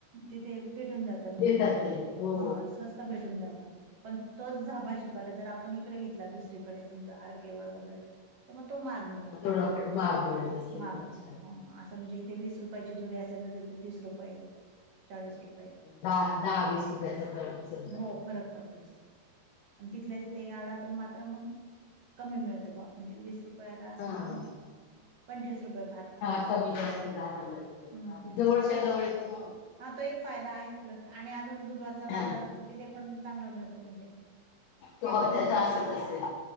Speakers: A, on the right; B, on the left.
A: तिथे भेटून जात म्हणजे
B: देतात ते हो
A: हा स्वस्त भेटून जातं पण तोच झा भाजीपाला जर आपण इकडे घेतला दुसरीकडे समजा आर केे वर वगैरे तर मग तो महाग मिळतो
B: हा,
A: थोडा
B: महाग मिळत असेल
A: महाग
B: अच्छा
A: मिळतो हो मजे इथे वीस रुपयाची जुडी असेल तर तिथे तीस रुपये चाळीस रुपये
B: दहा दहा वीस रुपयाचा फरक समजा
A: हो, फरक पडतोस तिथल्या तिथे यार्डातून मा तर मग कमी मिळत बा म्हणजे वीस रुपयाला असेल
B: हा हा
A: तर मग पंचवीस रुपये फार फाडतात
B: हा कमी जास्त दहा पंजार रुपये
A: हम्म तो
B: जवळच्या
A: एक
B: जवळ तर
A: हा तो एक फायदा आहे प्लस आणि अजून बुधवार बाजार
B: हा,
A: असतोथ पण चांगला मिळतो म्हणजे ते
B: तो हप्त्याचा
A: पण जवळ
B: असत असेल